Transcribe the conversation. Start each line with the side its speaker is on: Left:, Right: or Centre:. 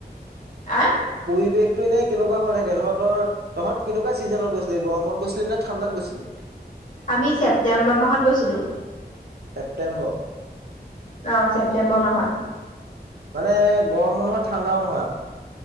Left: আ
Right: পৰিৱেশটো এনে কেনেকুৱা হৈ থাকে। ধৰ তই তহঁত কেনেকুৱা চিজনত গৈছিলি। গৰমত গৈছিলি নে, ঠাণ্ডাত গৈছিলি?
Left: আমি ছেপ্তেম্বৰ মাহত গৈছিলো।
Right: ছেপ্টেম্বৰ
Left: অ ছেপ্তেম্বৰ মাহত
Right: মানে গৰমো নহয়। ঠাণ্ডাও নহয় আৰু